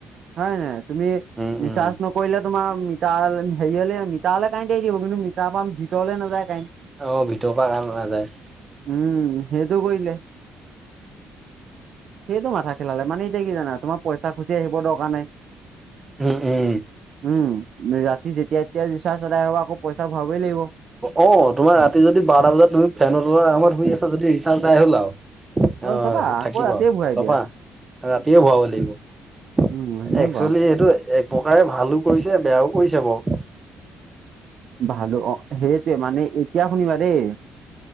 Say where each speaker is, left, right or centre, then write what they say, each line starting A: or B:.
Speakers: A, on the right; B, on the right.
A: হয় নাই তুমি
B: উম
A: ৰিচাৰ্জ
B: উম
A: নকৰিলে তোমাৰ মিটাৰলেন হেৰি হলে আনি <unintelligible> থাকিব, কিন্তু মিটাৰ পৰা ভিতৰ নাযায় কাইণ্ট।
B: অ ভিতৰ পৰা কাইন নাযায়।
A: উম সেইটো কৈলে। সেইটো মাথা খেলালে মানে এতিয়া কি জানা তোমাৰ পইচা খুজি আহিব দৰকাৰ নাই।
B: হু উম।
A: উম ৰাতি যেতিয়া এতিয়া ৰিচাৰ্জ চিজাৰ আদায় হব আকৌ পইচা ভৰাবই লাগিব।
B: অ তোমাৰ ৰাতি যদি বাৰটা বজাত তুমি ফেনৰ তলত আৰামত শুই আছা যদি ৰিচাৰ্জ এদাই হ'ল আও। আহ
A: অ চাবা আকৌ
B: থাকিবাও
A: ৰাতিয়ে ভৰাই
B: চফা।
A: দিয়া
B: ৰাতিয়ে ভৰাব লাগিব
A: উম সেনেকুৱা
B: একচুৱেলি এইটো এক পকাৰে ভালো কৰিছে বেয়াও কৰিছে বাও।
A: ভালো অ সেইটোৱে মানে এতিয়া শুনিবা দেই।